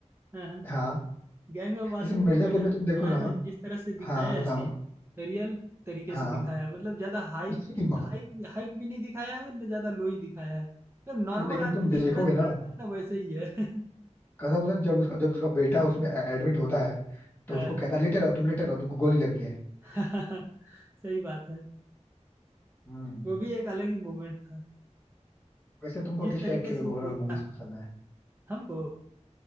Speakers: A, on the right (about 20°); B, on the left (about 15°).
A: हाँ हाँ
B: हाँ
A: गैंग ऑफ वासेपुर
B: जैसे मिर्जापुर
A: में ना
B: में तुम
A: क्या
B: देखो
A: है
B: ना
A: ना जिस तरह से दिखाया
B: हाँ
A: है
B: बताओ
A: सीन रियल तरीके
B: हाँ
A: से दिखाया है मतलब ज्यादा हाई
B: <laughs> बहुत-
A: हाई हाइक भी नहीं दिखाया है ना ज्यादा लो ही दिखाया है मतलब नॉर्मल
B: लेकिन
A: आदमी
B: तुम देखोगे
A: जिस तरह से
B: ना
A: लड़ता है ना वैसे ही है <laughs>
B: कसम से जब उसका जब उसका बेटा उसमें एडमिट होता है तो
A: हाँ
B: उसको कहता है लेटे रहो तुम लेटे रहो तुमको गोली लगी है
A: <laughs> सही बात है
B: हम्म
A: वो भी एक अलग ही मोमेंट था
B: वैसे तुमको
A: जिस
B: किस
A: तरीके
B: टाइप की
A: से वो
B: हॉरर
A: बोलता
B: मूवीज
A: है
B: पसंद है
A: हमको